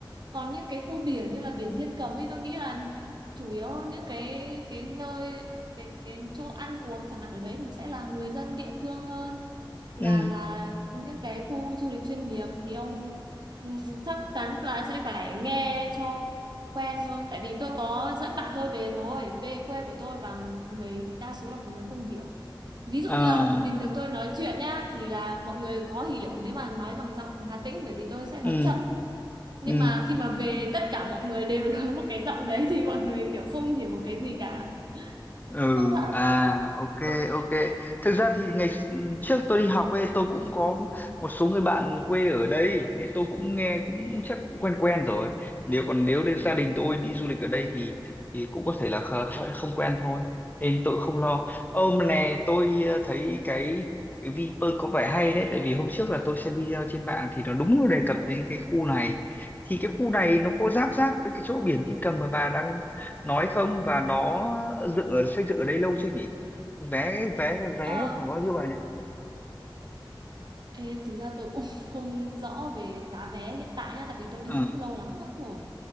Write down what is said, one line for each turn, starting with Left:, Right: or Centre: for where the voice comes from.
Right: còn những cái khu biển như là biển Thiên Cầm thì tôi nghĩ là chủ yếu những cái cái nơi cái cái chỗ ăn uống chẳng hạn ở đấy thì sẽ là người dân địa phương hơn là
Left: ừ
Right: là những cái khu du lịch chuyên nghiệp thì ông ừm, chắc chắn là sẽ phải nghe cho quen hơn tại vì tôi có dẫn bạn tôi về rồi về quê của tôi và người đa số là mọi người không hiểu ví dụ
Left: à
Right: như là bình thường tôi nói chuyện nhá thì là mọi người khó hiểu nếu mà nói bằng giọng Hà Tĩnh bởi vì tôi sẽ
Left: ừ
Right: nói chậm nhưng
Left: ừ
Right: mà khi mà về tất cả mọi người đều <laughs> nói một cái giọng đấy thì mọi người kiểu không hiểu một cái gì cả
Left: ừ
Right: hoặc là
Left: à
Right: cũng
Left: ok
Right: có-
Left: ok thực ra thì ngày s- trước tôi đi học ấy tôi cũng có một số người bạn quê ở đây nên tôi cũng nghe cũng chắc cũng quen quen rồi nếu còn nếu đến gia
Right: ừm.
Left: đình tôi đi du lịch ở đây thì thì cũng có thể là kh- kh- không quen thôi nên tôi không lo ôm này tôi ờ, thấy cái cái Vinpearl có vẻ hay đấy tại vì hôm trước là tôi xem video trên mạng thì nó đúng đề cập đến cái khu này thì cái khu này nó có giáp giáp với cái chỗ biển Thiên Cầm mà bà đang nói không và nó dựng ở xây dựng ở đây lâu chưa nhỉ vé vé vé
Right: Ờ,
Left: khoảng bao nhiêu bà nhỉ
Right: Ê, thực ra tôi cũng <laughs> không rõ về giá vé hiện tại nha tại vì tôi đi
Left: ừ
Right: cũng lâu lắm lắm rồi